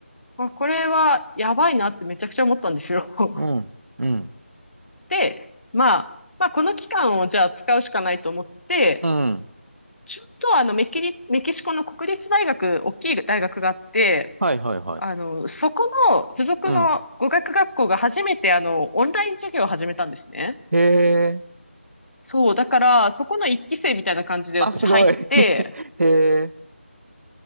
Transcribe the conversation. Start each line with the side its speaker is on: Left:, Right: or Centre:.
Left: あ、これはやばいなってめちゃくちゃ思ったんですよ。<laughs>
Right: うん。うん。
Left: で、まあ、まあ、この期間をじゃあ使うしかないと思って、
Right: うん。
Left: ちょっとあのメキリ、メキシコの国立大学、大きい大学があって、
Right: はいはいはい。
Left: あの、そこの付属の語学学校が初めてあの、
Right: うん。
Left: オンライン授業を始めたんですね。
Right: へえ。
Left: そう、だから、そこの一期生みたいな感じで私入って、
Right: あ、すごい。<laughs> へえ。